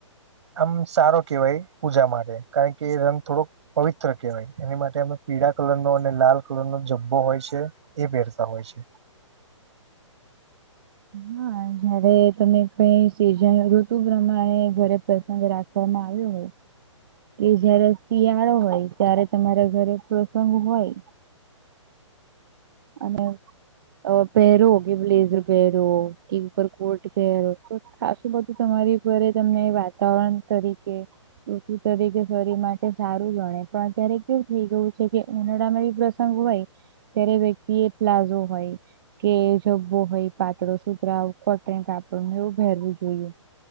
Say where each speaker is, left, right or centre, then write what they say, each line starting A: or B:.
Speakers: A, on the right; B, on the right.
A: આમ સારો કેહેવાય પૂજા માટે કારણ કે એ રંગ થોડોક પવિત્ર કહેવાય એની માટે. એમાં પીળા કલરનો અને લાલ કલરનો જબ્બો હોય છે એ પહેરતા હોય છે.
B: હા. જયારે તમે કઈ સિઝન ઋતુ પ્રમાણે ઘરે પ્રસંગ રાખવામાં આવ્યો હોય. એ જયારે શિયાળો હોય ત્યારે તમારા ઘરે પ્રસંગ હોય અને અ પહેરો કે બ્લેઝર પહેરો કે ઉપર કોટ પહેરો. ખાસું બધું તમારી ઘરે તમને વાતાવરણ તરીકે ઋતુ તરીકે શરીર માટે સારું ગણે પણ અત્યારે કેવું થઈ ગયું છે કે ઉનાળામાં ઇ વસ્તુ. ંગ હોય ત્યારે વ્યક્તિ એ પ્લાઝો હોય. કે જબ્બો હોય પાતળો સુતરાઉ કોટન કાપડ એવું પહેરવું જોઈએ.